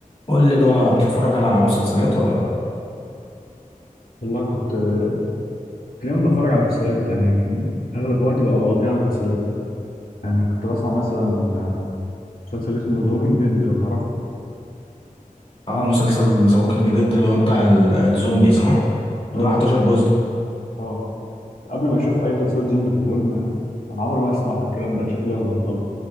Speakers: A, on the left (about 45°); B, on the left (about 80°).
A: قول لي بقى بتتفرج على مسلسلات ولا لا
B: والله كنت آه، دايما بتفرج على مسلسلات يعني كان اغلب وقتي بقى بقضيه على مسلسلات يعني كنت بسمع مثلا آه، مسلسل اسمه ذا ووكينج ديد لو تعرفه
A: اه مسلسل ذا ووكينج ديد اللي هو بتاع ال- الزومبي صح اللي
B: اه
A: هو 11
B: يعني
A: جزء
B: اه قبل ما اشوف اي مسلسلات زومبي كنت بقول انا أنا عمري ما اسمع الكلام ده شكله هبل خالص